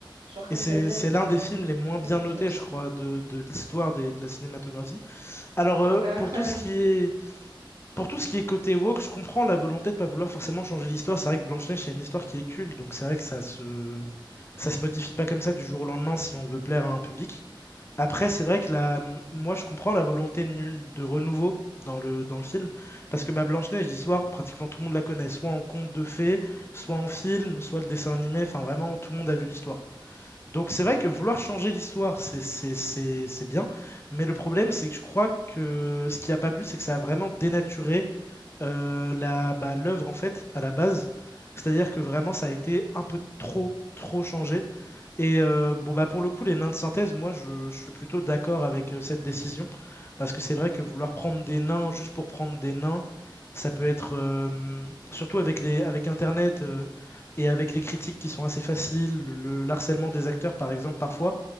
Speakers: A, on the right; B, on the left.
A: Genre, comme
B: Et c'est
A: tu as dit avec
B: c'est l'un
A: euh,
B: des films les moins bien
A: Fast and
B: notés,
A: Furious.
B: je crois, de, de l'histoire des- de la cinématographie. Alors, euh,
A: Ouais, incroyable.
B: pour tout ce qui est Pour tout ce qui est côté woke, je comprends la volonté de pas vouloir forcément changer l'histoire. C'est vrai que Blanche-Neige, c'est une histoire qui est culte, donc c'est vrai que ça se... ça se modifie pas comme ça du jour au lendemain si on veut plaire à un public. Après, c'est vrai que la... moi, je comprends la volonté nu- de renouveau dans le, dans le film, parce que bah, Blanche-Neige, l'histoire, pratiquement tout le monde la connaît, soit en conte de fées, soit en film, soit le dessin animé, enfin vraiment, tout le monde a vu l'histoire. Donc c'est vrai que vouloir changer l'histoire, c'est c'est- c'est- c'est bien, mais le problème, c'est que je crois que ce qui a pas plu, c'est que ça a vraiment dénaturé euh, la, bah, l'œuvre en fait à la base. C'est-à-dire que vraiment ça a été un peu trop trop changé. Et euh, bon bah pour le coup les nains de synthèse, moi je, je suis plutôt d'accord avec euh, cette décision parce que c'est vrai que vouloir prendre des nains juste pour prendre des nains, ça peut être euh, surtout avec les avec Internet euh, et avec les critiques qui sont assez faciles, le, le harcèlement des acteurs par exemple parfois